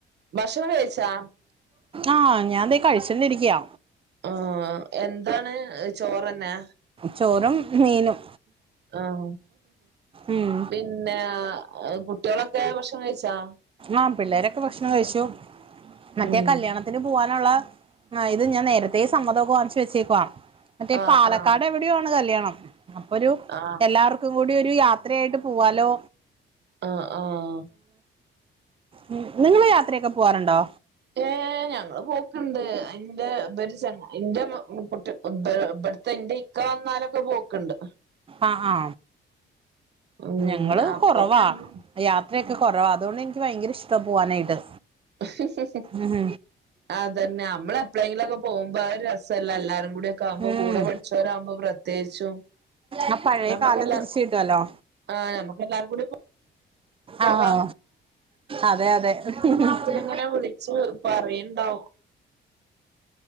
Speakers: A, on the right; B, on the right.
A: ഭക്ഷണം കഴിച്ചാ
B: ആഹ് ഞാതെ കഴിചോണ്ടിരിക്യാ
A: ആ എന്താണ് ചോറന്നെ
B: ചോറും മീനും
A: ആഹ്
B: ഉം
A: പിന്നെ കുട്ട്യോളൊക്കെ ഭക്ഷണം കഴിച്ചാ
B: ആ പിള്ളേരൊക്കെ ഭക്ഷണം കഴിച്ചു മറ്റേ
A: ഉം
B: കല്യാണ ത്തിന് പോവാനുള്ള ആ ഇത് ഞാൻ നേരത്തെ സമ്മതൊക്കെ വാങ്ങിച് വെച്ചേക്കുവാ മറ്റേ
A: ആഹ്
B: പാലക്കാട്
A: ആഹ്
B: എവ് ടെയോ ആണ് കല്യാണം അപ്പൊ ഒരു
A: ആഹ്
B: എല്ലാവർക്കും കൂടി ഒരു യാത്രയായിട്ട് പൂവാലോ
A: ആഹ ആഹ
B: ഉം നിങ്ങള് യാത്രയൊക്കെ പോവാറുണ്ടോ
A: ഏഹ് ഞങ്ങള് പോക്ണ്ട് അന്റെ ഉപരി ച എന്റെ കുട്ട്യ ഇബ് ഇബ്ടുത്തെ എന്റെ ഇക്ക വന്നാല് പ്പൊ പോക്ണ്ട്
B: ആ ആ
A: ഉം
B: ഞങ്ങള്
A: അപ്പൊ
B: കുറവാ
A: ഞങ്ങളും
B: യാത്രയൊക്കെ കൊറവ അതോണ്ട് എനിക്ക് ഭയങ്കര ഇഷ്ട്ടാ പോവാനായിട്ട്
A: ഹ് ഹ് ഹ്
B: ഉം
A: അതന്നെ അമ്മള് എപ്പളേങ്കിലുംകെ പോകുമ്പോ ആ ഒരു രസല്ലെ എല്ലാരും കൂടി ഒക്കെ ആമ്പോ
B: ഉം
A: കൂടെ പടി ച്ചോരാവുമ്പോ പ്രത്യേകിച്ചും
B: ആ പഴയ
A: നമ്മക്കെല്ലാ
B: കാലം തിരിച്ച് കിട്ടുവല്ലോ
A: ആ നമ്മക്ക് എല്ലാരും കൂടി പോവാ
B: ആഹ അതെ അതെ ഹ് ഹ്
A: അങ്ങനെ വിളിച്ചു പറയണ്ടാവും